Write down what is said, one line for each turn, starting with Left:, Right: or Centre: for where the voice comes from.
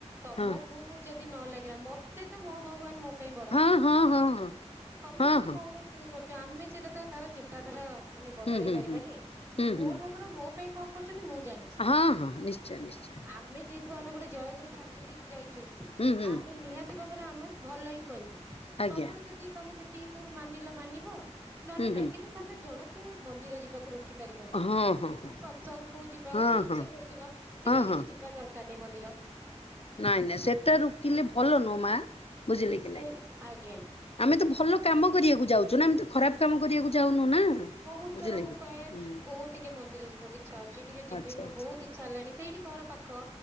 Right: ତମକୁ
Left: ହଁ।
Right: ଯଦି ନ ଲାଗିଲା ମତେ ତ ମୋ ଭଗବାନ ମୋ ପାଇଁ ବଡ
Left: ହଁ ହଁ ହଁ ହଁ।
Right: ତମେ
Left: ହଁ ହଁ
Right: ଯଦି କଣ ଫିଲ୍ କରୁଚ ଆମେ ସେଇଟା ତ କାହାର ଚିନ୍ତାଧାରା ମାନେ ବଦଳେଇ
Left: ହୁଁ ହୁଁ
Right: ପାରିବାନି
Left: ହୁଁ। ହୁଁ ହୁଁ
Right: ମୋ ଠାକୁର ମୋ ପାଇଁ କଣ କରୁଚନ୍ତି ମୁଁ ଜାଣେ। ଛି
Left: ହଁ ହଁ ନିଶ୍ଚୟ ନିଶ୍ଚୟ
Right: ଆମେ ଯେ ଫୋନ୍‌ ଗୋଟେ ଜୟଗରୁ ଫ୍ୟାମିଲି ରେ ଯାଇଚୁ
Left: ହୁଁ ହୁଁ
Right: ଆମେ ନିହାତି ଭାବରେ ଆମେ ଭଲ ହିଁ କହିବୁ।
Left: ଆଜ୍ଞା
Right: ତମର ଯଦି ତମେ ଯେତିକି ତୋର ମାନିଲ ମାନିବ ନନେ
Left: ହୁଁ ହୁଁ।
Right: ନାଇଁ କିନ୍ତୁ ତମେ ଜଣକୁ ମନ୍ଦିର ଯିବାକୁ ରୋ ଖି ପାରିବନି ଗୋଟେ
Left: ହଁ ହଁ ହଁ
Right: ସତ୍ସଙ୍ଗଙ୍କୁ ଯିବା
Left: ହଁ
Right: ଜଣେ
Left: ହଁ
Right: ଇଚ୍ଛା କରୁଥିବ ସେ
Left: ହଁ
Right: କହିବ
Left: ହଁ
Right: କି ଯିବା ଦର କାର ନାଇଁ ମନ୍ଦିର।
Left: ନାଇଁ ନାଇଁ ସେଟା ରୋକିଲେ ଭଲ ନୁହଁ ମା ବୁଝିଲେ
Right: ସେ
Left: କି ନାଇଁ।
Right: ଆଜ୍ଞା
Left: ଆମେ ତ ଭଲ କାମ କରିବାକୁ ଯାଉଛୁ ନା ଆମେ ତ ଖରାପ୍ କାମ କରିବାକୁ ଯାଉନୁ ନା।
Right: ବହୁତ୍
Left: ବୁଝିଲେ
Right: ଥର ମୁଁ
Left: କି
Right: କହେ
Left: ହୁଁ
Right: ବହୁତ୍ ଟିକେ ମନ୍ଦିର ଯିବାକୁ ଇଚ୍ଛା ହଉଚି ଟିକେ ଯିବି
Left: ଆଚ୍ଛା
Right: ମୁ
Left: ଆଚ୍ଛା
Right: ବହୁତ୍ ଇ ଛା ଲାଣି ସେଇଠି ଘର ପାଖ